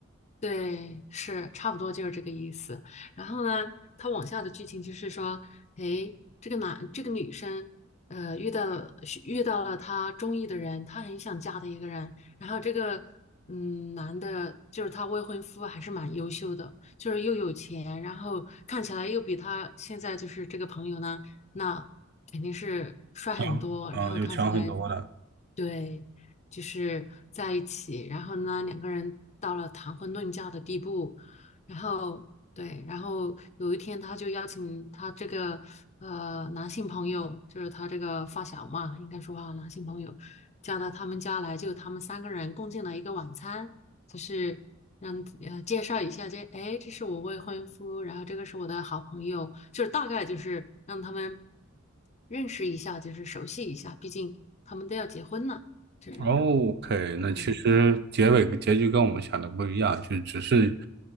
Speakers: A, on the left; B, on the right.
A: 对，是差不多就是这个意思。然后呢，他往下的剧情就是说，哎，这个男这个女生，呃，遇到是遇到了她中意的人，她很想嫁的一个人。然后这个嗯男的，就是她未婚夫，还是蛮优秀的，就是又有钱，然后看起来又比她现在就是这个朋友呢，那肯定是帅很多，
B: 强，啊，
A: 然后看起来。
B: 有强很多的。
A: 对，就是在一起，然后呢，两个人到了谈婚论嫁的地步，然后对，然后有一天他就邀请他这个呃男性朋友，就是他这个发小嘛，应该说啊，男性朋友叫到他们家来，就他们三个人共进了一个晚餐，就是让呃介绍一下这，哎，这是我未婚夫，然后这个是我的好朋友，就是大概就是让他们认识一下，就是熟悉一下，毕竟他们都要结婚了，这样，
B: OK，那其实结尾结局跟我们想的不一样，
A: 对
B: 就只是，